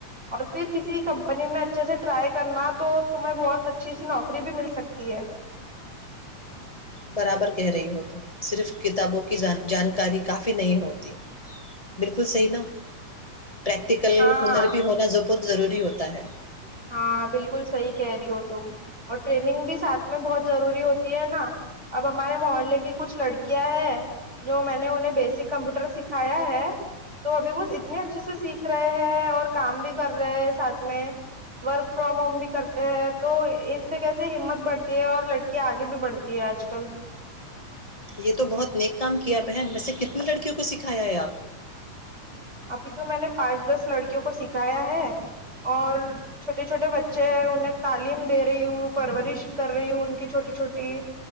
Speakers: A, on the right; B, on the left.
A: اور پھر کسی کمپنی میں اچھے سے ٹرائی کرنا تو تمہیں بہت اچھی سی نوکری بھی مل سکتی ہے
B: برابر کہہ رہی ہو ت صرف کتابوں کی جانکاری کافی نہیں ہوتی بالکل صحیح نا پریکٹیکل
A: ہاں
B: ہنر بھی ہونا بہت ضروری ہوتا ہے
A: ہاں بالکل صحیح کہہ رہی ہو تم اور ٹریننگ بھی ساتھ میں بہت ضروری ہوتی ہے نا اب ہمارے محلے کی کچھ لڑکیاں ہیں جو میں نے انہیں بیسک کمپیوٹر سکھایا ہے تو ابھی وہ اتنے اچھے سے سیکھ رہے ہیں اور کام بھی کر رہے ہیں ساتھ میں ورک فرام ہوم بھی کرتے ہیں تو اس سے کیسے ہمت بڑھتی ہے اور لڑکی آگے بھی بڑھتی ہے آج کل
B: یہ تو بہت نیک کام کیا بہن ویس کتنی لڑکیوں کو سکھایا ہے آپ نے
A: ابھی تو میں نے پانچ دس لڑکیوں کو سکھایا ہے اور چھوٹے چھوٹے بچے ہیں انہیں تعلیم دے رہی ہوں پرورش کر رہی ہوں ان کی چھوٹی چھوٹی